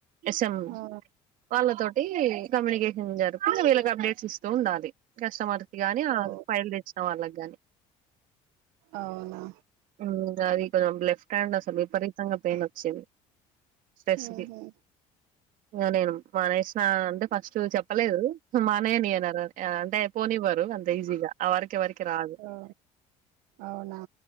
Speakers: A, on the right; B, on the right.
A: ఎస్ఎం
B: ఆ
A: వాళ్ళతోటీ కమ్యూనికేషన్ జరూప్ కింద వీళ్ళకి అప్డేట్స్ ఇస్తూ ఉండాలి కస్టమర్స్ కి గాని ఆల్
B: ఓ
A: ఫైల్ తెచ్చిన వాళ్ళకి గాని
B: అవునా
A: హు అది లెఫ్ట్. స్ట్రాండ్ అసలు విపరీతంగా పెయిన్ వచ్చేవి స్ట్రెస్కి
B: ఉహు
A: ఇవి నేను మనేషన అంటే ఫస్ట్. ఉమ్ చెప్పలేదు మానేయని అన అంటే పోనివ్వారు అంత ఈజీగా ఆవరకి ఏవరకి రాదు
B: ఓ అవునా